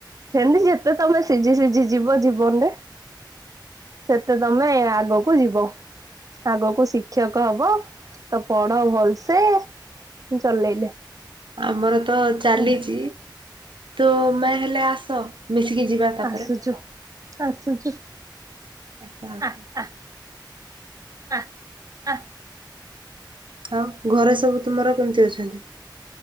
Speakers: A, on the right (about 45°); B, on the right (about 85°).
A: ସେମତି ଯେତେ ତମେ ସିଝି ସିଝି ଯିବ ଜୀବନରେ ସେତେ ତମେ ଆଗକୁ କୁ ଯିବ ଆଗକୁ ଶିକ୍ଷକ ହବ ତ ପଢ ଭଲସେ ଚଲେଇଲେ।
B: ଆମର ତ ଚାଲିଛି।
A: ପଢା
B: ତୁମେ ହେଲେ ଆସ। ମିଶିକି ଯିବା ତାପରେ।
A: ଆସୁଛୁ ଆସୁଛୁ।
B: ଆସ ଆସ।
A: ଆ ଆ ଆ ଆ।
B: ଆଉ ଘରେ ସବୁ ତୁମର କେମିତି ଅଛନ୍ତି?